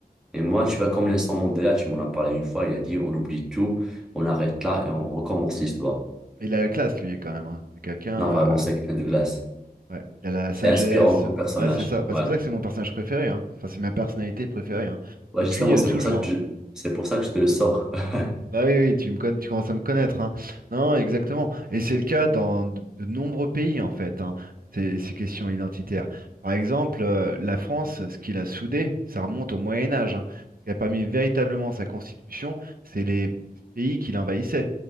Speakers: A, in the centre; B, on the right.
A: et moi, tu vas comme Vincent Mandela, tu m'en as parlé une fois, il a dit on oublie tout, on arrête là et on recommence l'histoire.
B: Il a la classe, lui, quand même. hein. C'est quelqu'un.
A: Non, vraiment,
B: euh,
A: c'est quelqu'un de glace.
B: Ouais, il a la
A: C'est
B: sagesse.
A: inspirant comme personnage.
B: Ouais, c'est ça. Bah,
A: Ouais.
B: c'est pour ça que c'est mon personnage préféré, hein. Enfin, c'est ma personnalité préférée, hein.
A: Ouais,
B: Depuis
A: justement,
B: euh,
A: c'est
B: toujours.
A: pour ça que
B: hein.
A: tu, c'est pour ça que je te le sors. <laughs>
B: Bah oui, oui, tu me connais, tu commences à me connaître, hein. Non, exactement. Et c'est le cas dans de, de nombreux pays, en fait, hein, ces, ces questions identitaires. Par exemple, euh, la France, ce qu'il a soudé, ça remonte au Moyen Âge, hein. Ce qui a permis véritablement sa constitution, c'est les pays qui l'envahissaient.